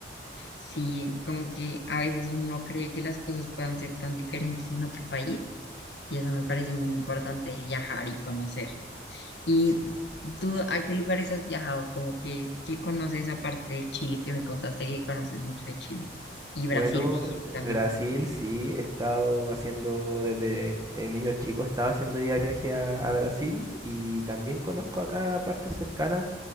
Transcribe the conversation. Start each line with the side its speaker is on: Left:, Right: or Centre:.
Left: Sí, como que a veces uno cree que las cosas puedan ser tan diferentes en otro país y eso me parece muy importante viajar y conocer. ¿Y
Right: Sí,
Left: tú a qué lugares has viajado? Como que, ¿qué conoces aparte de Chile que me contaste que conoces mucho de Chile? Y Brasil
Right: Bueno,
Left: me dijiste también.
Right: Brasil sí, he estado haciendo desde eh, niño chico, he estado haciendo día de viaje a, a Brasil y también conozco acá partes cercanas